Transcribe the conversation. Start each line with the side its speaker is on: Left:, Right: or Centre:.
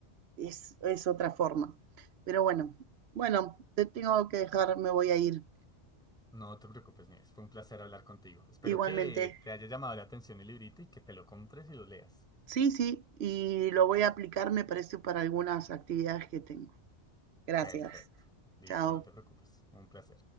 Right: es, es otra forma. Pero bueno, bueno, te tengo que dejar, me voy a ir
Centre: No te preocupes, Nieves. Fue un placer hablar contigo. Espero
Right: igualmente.
Centre: que te haya llamado la atención el librito y que te lo compres y lo leas.
Right: Sí, sí, y lo voy a aplicar, me parece, para algunas actividades que tengo. Gracias.
Centre: Perfecto. Listo,
Right: Chao.
Centre: no te preocupes. Un placer.